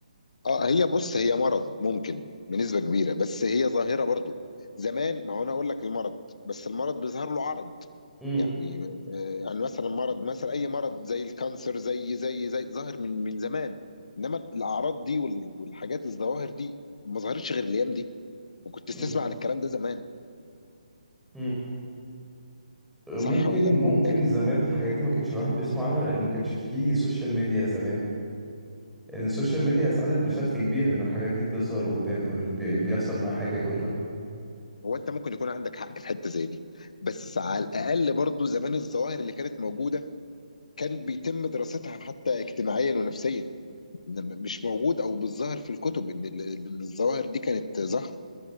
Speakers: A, on the left; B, in the centre.
A: اه هي بص هي مرض ممكن بنسبة كبيرة بس هي ظاهرة برضو زمان ما هو انا اقول لك المرض بس المرض بيظهر له عرض
B: امم
A: يعني آه، يعني مثلا مرض مثلا اي مرض زي الكانسر زي زي زي ظاهر من من زمان انما الاعراض دي وال- والحاجات الظواهر دي ما ظهرتش غير الايام دي وكنت تسمع
B: امم
A: عن الكلام ده زمان
B: امم أه،
A: صح
B: ممكن
A: ولا ولا
B: ممكن
A: ايه
B: زمان الحاجات دي ما كانش الواحد بيسمع عنها لأن ما كانش فيه سوشيال ميديا زمان لأن السوشيال ميديا ساعدت بشكل كبير إن الحاجات دي تظهر وتبان أو اللي بي- بيحصل معاه حاجة يقولها
A: هو انت ممكن يكون عندك حق في حته زي دي بس على الاقل برضو زمان الظواهر اللي كانت موجوده كان بيتم دراستها حتى اجتماعيا ونفسيا إنما مش موجود او بالظاهر في الكتب ان ال- إن الظواهر دي كانت ظاهره